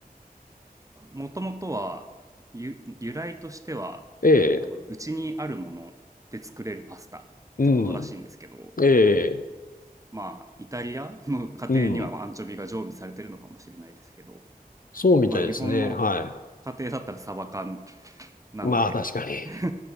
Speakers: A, on the right (about 20°); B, on the left (about 60°).
A: もともとはゆ由来としては、
B: ええ、
A: あの、うちにあるもので作れるパスタってことらしいんですけど、
B: うん、ええ、
A: まあ、イタリアの家庭にはアンチョビが常備されてるのかもしれないですけど、
B: うん。そうみたいですね。
A: まあ日本の
B: はい。
A: 家庭だったらサバ缶なんで
B: まあ確かに。
A: <laughs>